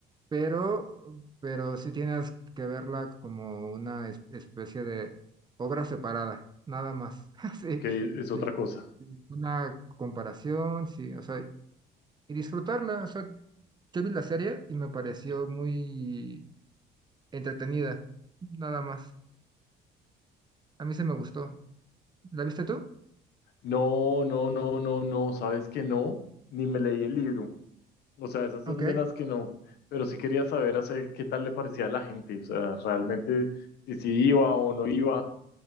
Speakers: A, on the right (about 25°); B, on the left (about 75°).
A: pero, pero sí tienes que verla como una es- especie de obra separada, nada más. <laughs> Sí,
B: ok, es
A: sí,
B: otra cosa.
A: sí, una comparación, sí, o sea, y disfrutarla. O sea, yo vi la serie y me pareció muy entretenida, nada más. A mí se me gustó. ¿La viste tú?
B: No, no, no, no, no, sabes que no, ni me leí el libro. O sea, esas son
A: Ok.
B: de las que no, pero sí quería saber hace, qué tal le parecía a la gente, o sea, realmente si sí iba o no iba,